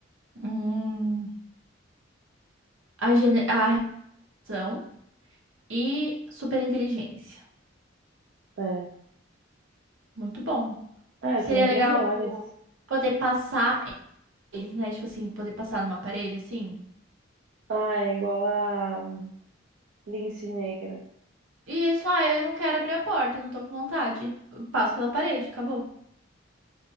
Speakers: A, on the right; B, on the right.
A: hum, a, gene- a reação e superinteligência.
B: é.
A: Muito bom.
B: É,
A: Seria
B: são os
A: legal
B: melhores.
A: tipo, poder passar eles, né? Tipo assim, poder passar numa parede assim.
B: Ah, é igual a Lince Negra.
A: E isso, ah, eu não quero abrir a porta, eu não tô com vontade. Eu passo pela parede, acabou.